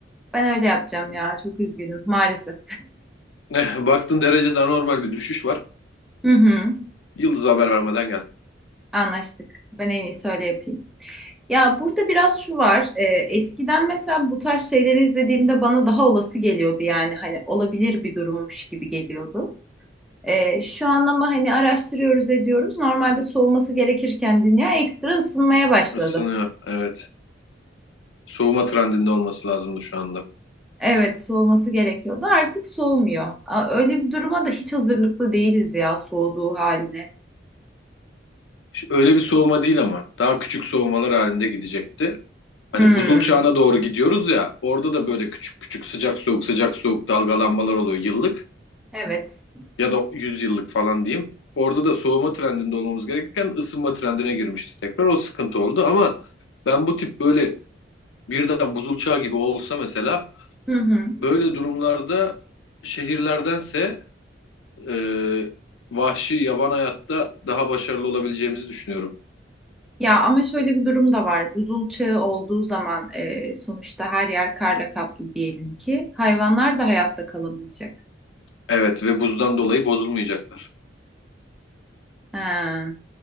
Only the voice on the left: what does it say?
Eh, Baktın derecede anormal bir düşüş var.
Yıldız'a haber vermeden gel.
Isınıyor. Evet. Soğuma trendinde olması lazımdı şu anda.
Ş- Öyle bir soğuma değil ama. Daha küçük soğumalar halinde gidecekti. Hani
buzul çağına doğru gidiyoruz ya. Orada da böyle küçük küçük sıcak soğuk sıcak soğuk dalgalanmalar oluyor yıllık.
Ya da 100 yıllık falan diyeyim. Orada da soğuma trendinde olmamız gerekirken ısınma trendine girmişiz tekrar. O sıkıntı oldu ama ben bu tip böyle birden buzul çağı gibi olsa mesela
Böyle durumlarda şehirlerdense e, vahşi yaban hayatta daha başarılı olabileceğimizi düşünüyorum.
Evet ve buzdan dolayı bozulmayacaklar